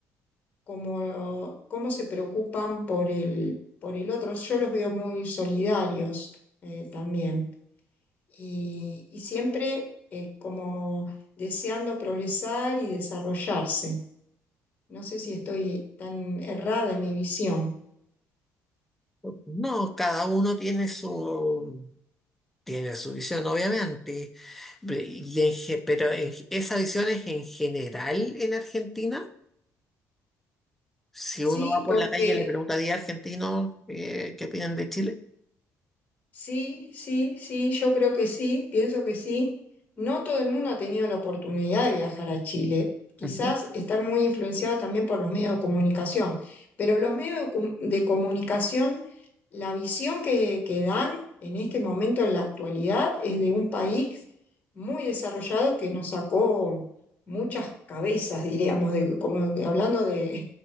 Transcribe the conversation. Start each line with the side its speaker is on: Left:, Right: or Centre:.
Left: cómo, cómo se preocupan por el, por el otro. Yo los veo muy solidarios eh, también y, y siempre eh, como deseando progresar y desarrollarse. No sé si estoy tan errada en mi visión,
Centre: No, cada uno tiene su, tiene su visión, obviamente, Pe- y en ge- pero en ge- esa visión es en general en Argentina. Si
Left: ¿sí?
Centre: uno va por
Left: Porque
Centre: la calle y le pregunta a 10 argentinos eh, qué opinan de Chile,
Left: Sí, sí, sí, yo creo que sí, pienso que sí. No todo el mundo ha tenido la oportunidad de viajar a Chile. Quizás
Centre: Ujú.
Left: está muy influenciado también por los medios de comunicación, pero los medios de, comu- de comunicación, la visión que, que dan en este momento, en la actualidad, es de un país muy desarrollado que nos sacó muchas cabezas, diríamos, de, como que hablando de,